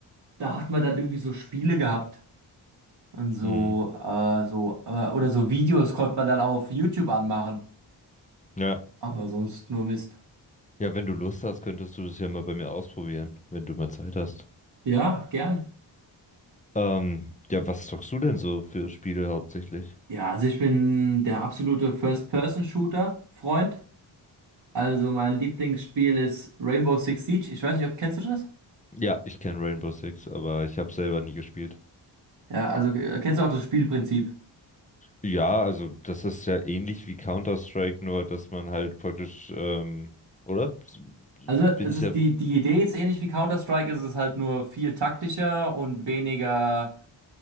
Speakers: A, on the right; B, on the left.
A: da hat man dann irgendwie so Spiele gehabt. Und so,
B: Mhm.
A: äh, so, äh, oder so Videos konnte man dann auf YouTube anmachen.
B: Ja.
A: Aber sonst nur Mist.
B: Ja, wenn du Lust hast, könntest du das ja mal bei mir ausprobieren, wenn du mal Zeit hast.
A: Ja, gern.
B: Ähm, ja, was zockst du denn so für Spiele hauptsächlich?
A: Ja, also ich bin der absolute First-Person-Shooter-Freund. Also mein Lieblingsspiel ist Rainbow Six Siege. Ich weiß nicht, ob kennst du das?
B: Ja, ich kenne Rainbow Six, aber ich habe selber nie gespielt.
A: Ja, also äh, kennst du auch das Spielprinzip?
B: Ja, also das ist ja ähnlich wie Counter-Strike, nur dass man halt praktisch, ähm, oder?
A: Also es
B: Bin ich
A: ist
B: ja,
A: die, die Idee ist ähnlich wie Counter-Strike, es ist halt nur viel taktischer und weniger